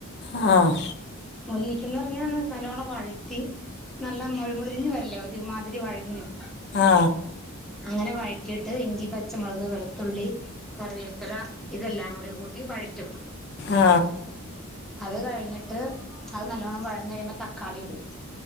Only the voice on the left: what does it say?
ആ
ആ
ആ